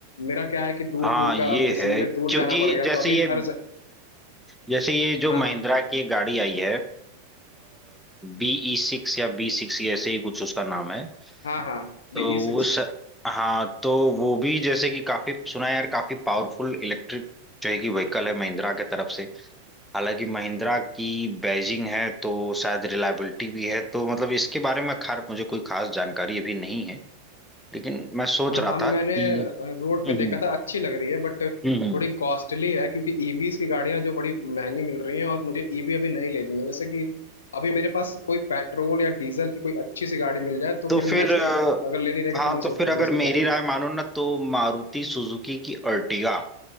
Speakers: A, on the left; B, in the centre.
A: मेरा क्या है कि दूर
B: हाँ
A: दूर
B: ये
A: का अब जैसे
B: है
A: मुझे
B: क्योंकि
A: दूर जाना पड़ गया
B: जैसे
A: तो अभी
B: ये
A: हर ज...
B: जैसे ये जो
A: हाँ
B: महिंद्रा
A: हाँ
B: की एक गाड़ी आई है बीई सिक्स या बी सिक्स ऐसे ही कुछ उसका नाम है
A: हाँ हाँ
B: तो
A: बी ई सिक्स
B: वो स... हाँ तो वो भी जैसे कि काफी सुना है यार काफी पावरफुल इलेक्ट्रिक जो है कि व्हीकल है महिंद्रा के तरफ से हालांकि महिंद्रा की बैजिंग है तो शायद रिलायबिलिटी भी है तो मतलब इसके बारे में खार मुझे कोई खास जानकारी अभी नहीं है लेकिन मैं सोच
A: हाँ
B: रहा
A: हम
B: था
A: मैंने
B: कि
A: रोड
B: हम्म
A: पे देखा
B: हम्म
A: था अच्छी लग रही है बट
B: हम्म,
A: थोड़ी कॉस्टली है क्योंकि ईवीज की गाड़ियां जो बड़ी महंगी मिल रही हैं और मुझे ईवी अभी नहीं लेनी है जैसे कि अभी मेरे पास कोई पेट्रोल या डीजल की कोई अच्छी सी गाड़ी मिल जाए तो
B: तो
A: फिर
B: फिर
A: नेक्स्ट
B: अ,
A: अगर लेनी रहेगी
B: हाँ
A: तो मैं सोचूंगा
B: तो फिर अगर
A: इसके
B: मेरी
A: बारे में
B: राय मानो ना तो मारुति सुजुकी की अर्टिगा